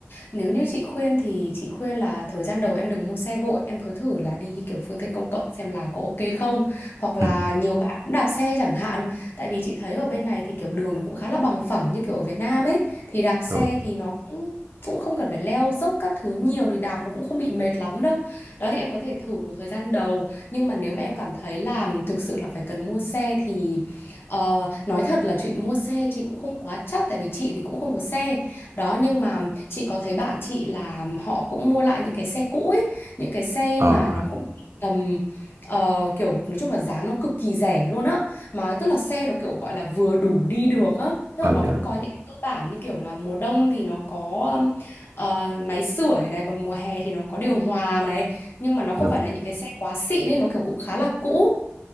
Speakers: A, on the left; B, on the right.
A: Nếu như chị khuyên thì chị khuyên là thời gian đầu em đừng mua xe vội em cứ thử là đi kiểu phương tiện công cộng xem là có ok không hoặc là
B: Ừ.
A: nhiều bạn cũng đạp xe chẳng hạn tại vì chị thấy ở bên này thì kiểu đường nó cũng khá là bằng phẳng như kiểu ở Việt Nam ấy thì đạp xe
B: Rồi.
A: thì nó cũng cũng không cần phải leo dốc các thứ nhiều thì đạp nó cũng không bị mệt lắm đâu đó thì em có thể thử một thời gian đầu nhưng mà nếu mà em cảm thấy là thực sự là phải cần mua xe thì ờ, nói thật là chuyện mua xe chị cũng không quá chắc tại vì chị thì cũng không có xe đó nhưng mà Chị có thấy bạn chị là họ cũng mua lại những cái xe cũ ấy, những cái xe
B: Ờ.
A: mà nó cũng chỉ tầm ờ, kiểu nói chung là giá nó cực kỳ rẻ luôn á. Mà tức là xe nó kiểu gọi là vừa đủ đi được á. Tức
B: Ờ.
A: là nó vẫn
B: Dạ.
A: có những cái cơ bản như kiểu là mùa đông thì nó có um, ờ, máy sưởi này, còn mùa hè thì nó có điều hòa này, nhưng mà nó không
B: Dạ.
A: phải là những cái xe quá xịn nên nó kiểu cũng khá là cũ.